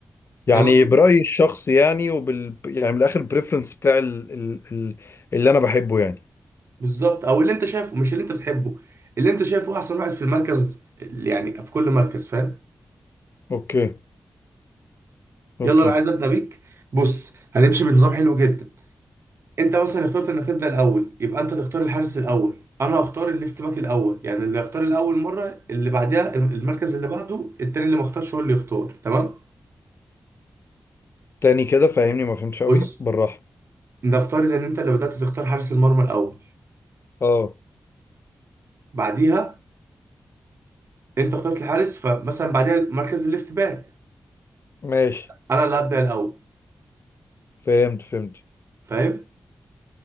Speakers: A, on the left (about 60°); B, on the right (about 70°).
A: يعني
B: يلا بينا
A: برايي الشخصي يعني وبال يعني من الاخر البريفرنس بتاع ال... ال... ال... اللي انا بحبه يعني
B: بالظبط او اللي انت شايفه مش اللي انت بتحبه اللي انت شايفه احسن واحد في المركز اللي يعني في كل مركز فاهم
A: اوكي اوكي
B: يلا انا عايز ابدا بيك بص هنمشي بنظام حلو جدا انت مثلا اخترت انك تبدا الاول يبقى انت تختار الحارس الاول انا اختار الليفت باك الاول يعني اللي اختار الاول مره اللي بعدها المركز اللي بعده التاني اللي ما اختارش هو اللي يختار تمام
A: تاني كده فاهمني ما فهمتش قوي
B: بص
A: بالراحه
B: نفترض ان انت اللي بدات تختار حارس المرمى الاول
A: اه
B: بعديها انت اخترت الحارس فمثلا بعديها مركز الليفت باك
A: ماشي
B: انا اللي هبدا الاول
A: فهمت فهمت
B: فاهم